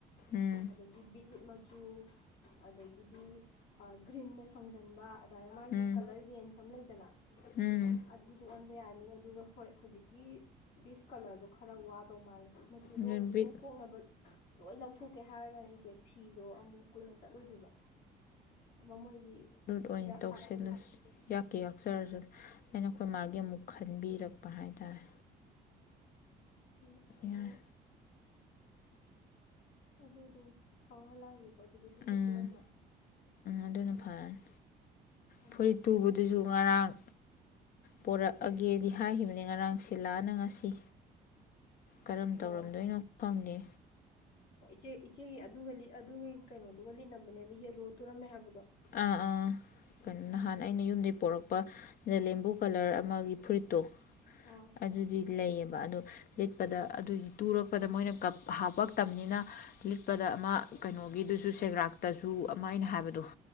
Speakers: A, on the left; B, on the left.
A: ꯎꯝ
B: ꯑꯗꯒꯤ ꯕꯤꯠꯔꯨꯠ ꯃꯆꯨ ꯑꯗꯒꯤꯗꯤ ꯒ꯭ꯔꯤꯟꯅ ꯁꯪꯖꯟꯕ ꯃꯥꯒꯤ
A: ꯎꯝ ꯎꯝ
B: ꯀꯂꯔ ꯔꯦꯟꯖ ꯑꯃ ꯂꯩꯗꯅ
A: ꯎꯝ
B: ꯑꯗꯨꯗꯣ ꯑꯣꯟꯕ ꯌꯥꯅꯤ ꯑꯗꯨꯒ ꯍꯣꯏ ꯍꯧꯖꯤꯛꯀꯤ ꯄꯤꯁ ꯀꯂꯔꯗꯣ ꯈꯔ ꯋꯥꯗꯧ ꯃꯥꯜꯂꯦ ꯁꯨꯗꯣ
A: ꯑꯗꯨ ꯕꯤꯠ
B: ꯀꯣꯛꯅꯕ ꯂꯣꯏ ꯂꯧꯊꯣꯛꯀꯦ ꯍꯥꯏꯔꯒꯅ ꯏꯆꯦ ꯐꯤꯗꯣ ꯑꯃꯨꯛ ꯀꯨꯏꯅ ꯆꯠꯂꯣꯏꯗꯣꯏꯕ ꯑꯃ ꯃꯣꯏꯒꯤ
A: ꯂꯣꯏ
B: ꯍꯤꯗꯥꯛ
A: ꯇꯧꯁꯤꯜꯂꯁꯤ
B: ꯍꯥꯞꯄꯤꯗꯣ
A: ꯌꯥꯛꯀꯦ ꯌꯥꯛꯆꯔꯁꯨ ꯑꯩꯅ ꯑꯩꯈꯣꯏ ꯃꯥꯒꯤ ꯑꯃꯨꯛ ꯈꯟꯕꯤꯔꯛꯄ ꯍꯥꯏꯇꯥꯔꯦ
B: ꯍꯣꯏ ꯑꯗꯣ
A: ꯌꯥꯔꯦ
B: ꯑꯗꯣ ꯗꯣ ꯁꯧꯍꯜꯂꯒꯦ ꯑꯗꯨꯗꯤ ꯕꯤꯠꯔꯨꯠꯇꯣ
A: ꯎꯝ
B: ꯑꯣꯏꯅ
A: ꯑꯗꯨꯅ ꯐꯔꯅꯤ
B: ꯍꯣꯏ
A: ꯐꯨꯔꯤꯠ
B: ꯍꯣꯏ
A: ꯇꯨꯕꯗꯨꯁꯨ ꯉꯔꯥꯡ ꯄꯣꯔꯛꯑꯒꯦꯗꯤ ꯍꯥꯏꯈꯤꯕꯅꯤ ꯉꯔꯥꯡ ꯁꯤꯂꯥꯅ ꯉꯁꯤ ꯀꯔꯝ ꯇꯧꯔꯝꯗꯣꯏꯅꯣ
B: ꯑꯣ
A: ꯈꯪꯗꯦ
B: ꯑꯣ ꯏꯆꯦ ꯏꯆꯦꯒꯤ ꯑꯗꯨꯒ ꯂꯤ ꯑꯗꯨꯒꯤ ꯀꯩꯅꯣꯗꯨꯒ ꯂꯤꯠꯅꯕꯅꯦꯕ ꯌꯦꯂꯣ ꯇꯨꯔꯝꯃꯦ ꯍꯥꯏꯕꯗꯣ
A: ꯑꯥ ꯑꯥ ꯀꯩꯅꯣ ꯅꯍꯥꯟ ꯑꯩꯅ ꯌꯨꯝꯗꯩ ꯄꯣꯔꯛꯄ ꯖꯂꯦꯝꯕꯨ ꯀꯂꯔ ꯑꯃꯒꯤ ꯐꯨꯔꯤꯠꯇꯣ
B: ꯑꯥ
A: ꯑꯗꯨꯗꯤ ꯂꯩꯌꯦꯕ ꯑꯗꯨ ꯂꯤꯠꯄꯗ ꯑꯗꯨ ꯇꯨꯔꯛꯄꯗ ꯃꯣꯏꯅ ꯀꯞ ꯍꯥꯞꯄꯛꯇꯝꯅꯤꯅ ꯂꯤꯠꯄꯗ ꯑꯃ ꯀꯩꯅꯣꯒꯤꯗꯨꯁꯨ ꯁꯦꯒ꯭ꯔꯥꯛꯇꯁꯨ ꯑꯃ ꯑꯩꯅ ꯍꯥꯏꯕꯗꯣ